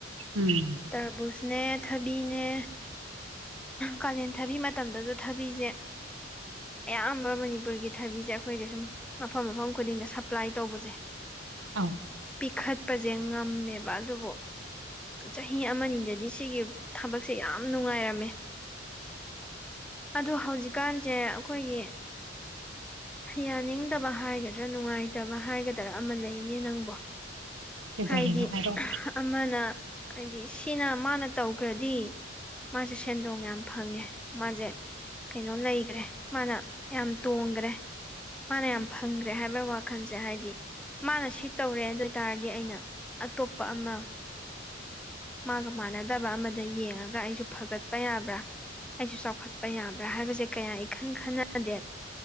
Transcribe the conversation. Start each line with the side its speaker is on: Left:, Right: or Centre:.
Right: ꯎꯝ
Centre: ꯇꯔ ꯕꯨꯁꯅꯦ ꯊꯕꯤꯅꯦ ꯀꯥꯂꯦꯟ ꯊꯕꯤ ꯃꯇꯝꯗꯖꯨ ꯊꯕꯤꯖꯦ ꯑꯌꯥꯝꯕ ꯃꯅꯤꯄꯨꯔꯒꯤ ꯊꯕꯤꯁꯦ ꯑꯩꯈꯣꯏꯁꯦ ꯁꯨꯝ ꯃꯐꯝ ꯃꯐꯝ ꯈꯨꯗꯤꯡꯗ ꯁꯄ꯭ꯂꯥꯏ ꯇꯧꯕꯁꯦ
Right: ꯑꯥꯎ
Centre: ꯄꯤꯈꯠꯄꯁꯦ ꯉꯝꯃꯦꯕ ꯑꯗꯨꯕꯨ ꯆꯍꯤ ꯑꯃꯅꯤꯗꯗꯤ ꯁꯤꯒꯤ ꯊꯕꯛꯁꯦ ꯌꯥꯝ ꯅꯨꯡꯉꯥꯏꯔꯝꯃꯦ ꯑꯣ ꯍꯧꯖꯤꯛꯀꯥꯟꯖꯦ ꯑꯩꯈꯣꯏꯒꯤ ꯌꯥꯅꯤꯡꯗꯕ ꯍꯥꯏꯒꯗ꯭ꯔꯥ ꯅꯨꯡꯉꯥꯏꯇꯕ ꯍꯥꯏꯒꯗ꯭ꯔꯥ ꯑꯃꯥ ꯂꯩꯅꯦ ꯅꯪꯕꯣ
Right: ꯀꯩꯗꯧꯔꯤꯅꯣ
Centre: ꯍꯥꯏꯗꯤ
Right: ꯍꯥꯏꯔꯛꯑꯣ
Centre: ꯑꯃꯅ ꯍꯥꯏꯗꯤ ꯁꯤꯅ ꯃꯥꯅ ꯇꯧꯈ꯭ꯔꯗꯤ ꯃꯥꯁꯦ ꯁꯦꯟꯗꯣꯡ ꯌꯥꯝ ꯐꯪꯉꯦ ꯃꯥꯖꯦ ꯀꯩꯅꯣ ꯂꯩꯈ꯭ꯔꯦ ꯃꯥꯅ ꯌꯥꯝ ꯇꯣꯡꯒꯔꯦ ꯃꯥꯅ ꯌꯥꯝ ꯐꯪꯒꯔꯦ ꯍꯥꯏꯕꯒꯤ ꯋꯥꯈꯜꯁꯦ ꯍꯥꯏꯗꯤ ꯃꯥꯅ ꯁꯤ ꯇꯧꯔꯦ ꯑꯗꯨ ꯑꯣꯏ ꯇꯔꯗꯤ ꯑꯩꯅ ꯑꯇꯣꯞꯄ ꯑꯃ ꯃꯥꯒ ꯃꯥꯅꯗꯕ ꯑꯃꯗ ꯌꯦꯡꯉꯒ ꯑꯩꯁꯨ ꯐꯒꯠꯄ ꯌꯥꯕ꯭ꯔꯥ ꯑꯩꯁꯨ ꯆꯥꯎꯈꯠꯄ ꯌꯥꯕ꯭ꯔꯥ ꯍꯥꯏꯕꯁꯦ ꯀꯌꯥ ꯏꯈꯟ ꯈꯟꯅꯗꯦ